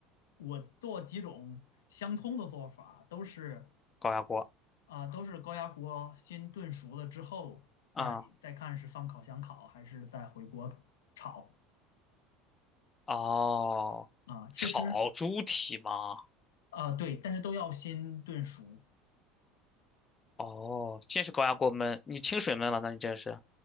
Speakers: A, on the left; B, on the left.
A: 我做几种相通的做法，都是
B: 高压锅。
A: 啊，都是高压锅先炖熟了之后，再再看是放烤箱烤还是再回锅炒
B: 啊。哦，
A: 啊。其实
B: 炒猪蹄吗？
A: 啊，对，但是都要先炖熟
B: 哦，先是高压锅焖，你清水焖了，那你这是，